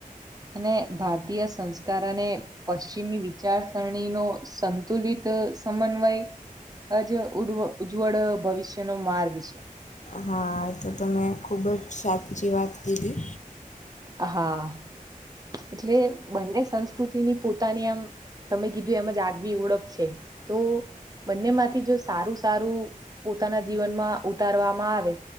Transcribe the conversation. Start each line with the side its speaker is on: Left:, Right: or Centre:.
Right: અને ભારતીય સંસ્કારને પશ્ચિમી વિચારસરણી નો સંતુલિત સમન્વય આજ ઉ ઉજ્જવળ ભવિષ્ય નો માર્ગ છે.
Left: હા તો તો મેં ખૂબ જ છાદી વાત કેધી
Right: હા. એટલે બંને સંસ્કૃતિની પોતાની આમ તમે કીધું એમ જ આગ બી ઓળખ છે તો બંને માંથી જો સારું સારું પોતાના જીવનમાં ઉતારવામાં આવે,